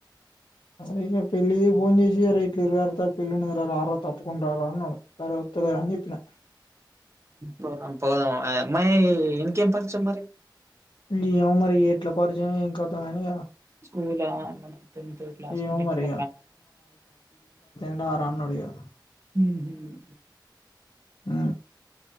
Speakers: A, on the left; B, on the right.
A: అక <unintelligible> పెళ్ళలి ఫోన్ చేసి ఎరే ఇట్లు ఇరువేరతారు పెళ్ళి రాలా తప్పకుండా రారా అన్నాడు వరే ఒత్తులేార అని చెప్పాను
B: పోదం పోదం అమ్మాయి ఇకేం పరచ మరి
A: ఇమో మరి ఎట్ల పరిచయం ఏం కదాం కాని
B: స్కూల్ ఆ టెన్త్ క్లాస్న్
A: ఏమో
B: నుండి ఇన్స్టా
A: మరి రా రా అని అడిగా
B: హ్ హమ్
A: ఆ